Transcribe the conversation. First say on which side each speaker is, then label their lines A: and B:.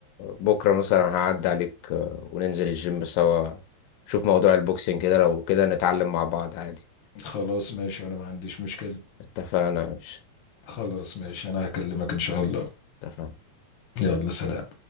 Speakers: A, on the left; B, on the left.
A: بكره مثلا هعدي عليك آه، وننزل الجيم سوا شوف موضوع البوكسينج كده لو كده نتعلم مع بعض عادي
B: خلاص ماشي وانا ما عنديش مشكلة
A: اتفقنا مش
B: خلاص ماشي انا هكلمك ان شاء الله
A: اتفقنا
B: يلا سلام